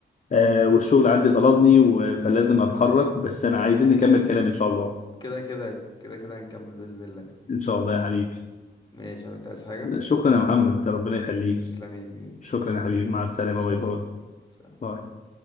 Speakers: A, on the left; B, on the left.
A: آه والشغل
B: ماشي
A: عندي طلبني و... فلازم اتحرك بس انا عايزين نكمل كلام ان شاء الله
B: كده كده كده كده هنكمل بإذن الله
A: ان شاء الله يا حبيبي
B: ماشي يا حبيبي، انت عايز حاجة؟
A: شكرا يا محمد ربنا يخليك
B: تسلم يا كبير
A: شكرا
B: ماشي
A: يا
B: يلا.
A: حبيبي مع السلامة
B: سلام
A: باي باي
B: سلام
A: باي